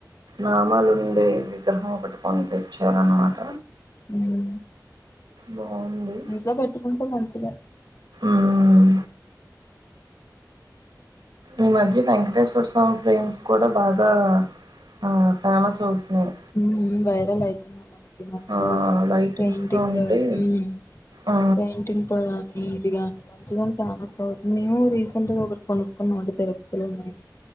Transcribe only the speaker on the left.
మ్మ్ హు
ఇంట్లో పెట్టుకుంటే మంచిదె
మ్మ్ మ్మ్ వైరల్ అయితున్నాయి తుందండి మంచిగా
పెయింటింగ్
మ్మ్
పెయింటింగ్ తో గాని ఇది గాని మంచిగా ఫేమస్ అవు మేము రీసెంట్గా ఒకటి కొనుక్కున్నమండి తిరుపతిలోన్నాను